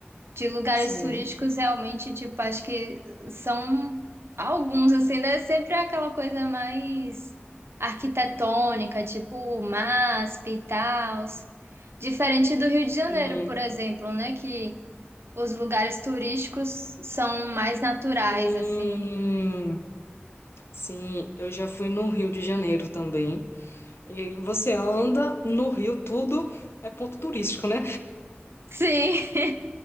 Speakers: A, on the right; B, on the left.
A: de lugares
B: Sim,
A: turísticos realmente, tipo, acho que são alguns, assim, né? Sempre é aquela coisa mais arquitetônica, tipo MASP e tal. Diferente do Rio de Janeiro,
B: sim,
A: por exemplo, né? Que os lugares turísticos são mais naturais,
B: sim,
A: assim.
B: sim, eu já fui no Rio de Janeiro também. E você anda no Rio, tudo é ponto turístico, né?
A: Sim,